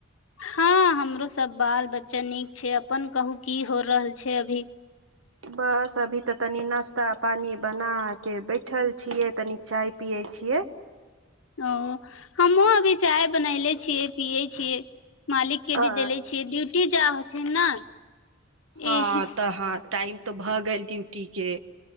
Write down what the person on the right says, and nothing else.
बस अभी ते तनी नास्ता पानी बना के बैठल छीये तनी चाय पिये छी छियै
आ
हँ
तऽ हँ टाइम तऽ भऽ गेल ड्यूटी के